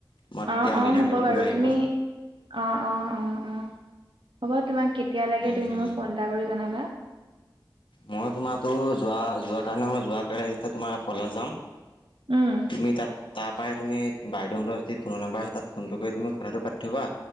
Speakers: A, on the left; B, on the right.
A: তোমাৰ
B: অহ',
A: তেতিয়া
B: অহ'
A: মিলা
B: হ'ব
A: মিতিটো
B: বাৰু
A: বাঢ়িব
B: তুমি। অহ', অহ', অহ', অহ' হ'ব তোমাক। কেতিয়া লাগে
A: উম
B: তুমি
A: উম
B: মোক ফোন এটা কৰি জনাবা।
A: মই তোমাৰো যোৱা, যোৱা কাৰণে মই যোৱা কালিতে তোমাৰ কলেজ যাম।
B: উম,
A: তুমি তাত তাৰপাই তুমি বাইদেউহঁতৰ যদি ফোনৰ নম্বৰ আছে তাত ফোনটো কৰি তুমি কথাটো পাতি থ'বা,